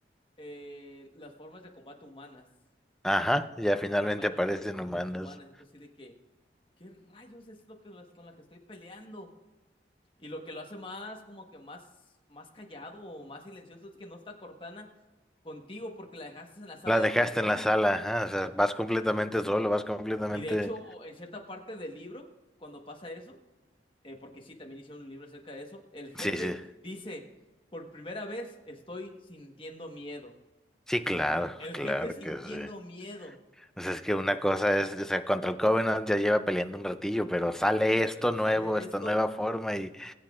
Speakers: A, on the left; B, in the centre.
A: eh, las formas de combate humanas,
B: Ajá, ya finalmente
A: aparecen
B: aparecen
A: las formas de
B: humanos.
A: combates humanas, y tú así de que... ¿qué rayos es lo que los- con la que estoy peleando? Y lo que lo hace más, como que más, más callado o más silencioso es que no está Cortana contigo porque la dejaste en la sala
B: La
A: de
B: dejaste
A: control.
B: en la sala, ajá, o sea, vas completamente solo, vas completamente...
A: Y de hecho, en cierta parte del libro, cuando pasa eso, eh, porque sí, también hice un libro acerca de eso, el jefe
B: Sí, sí,
A: dice, por primera vez estoy sintiendo miedo.
B: sí, claro,
A: El
B: claro
A: jefe sintiendo
B: que sí.
A: miedo
B: O sea, es que una cosa es, o sea, contra el Covenant ya lleva peleando un ratillo, pero
A: todo
B: sale
A: un ratillo,
B: esto
A: pero
B: nuevo,
A: sale
B: esta
A: esto,
B: nueva forma y,